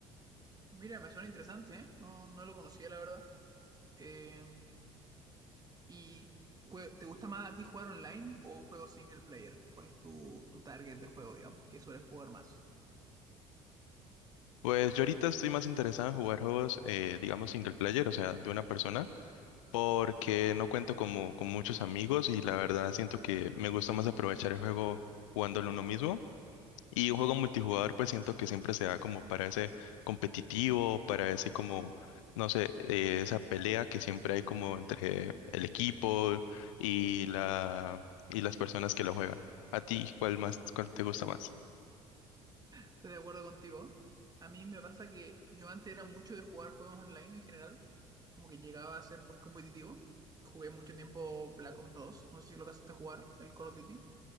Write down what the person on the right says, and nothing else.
Mira, me suena interesante, ¿eh? No, no lo conocía, la verdad. Eh, ¿y jue- te gusta más a ti jugar online o juegos single player? ¿Cuál es tu, tu target de juego, digamos, que sueles jugar más?
Estoy de acuerdo contigo. A mí me pasa que yo antes era mucho de jugar juegos online en general, como que llegaba a ser muy competitivo. Jugué mucho tiempo Black Ops dos no sé si lo alcanzaste a jugar, el Call of Duty.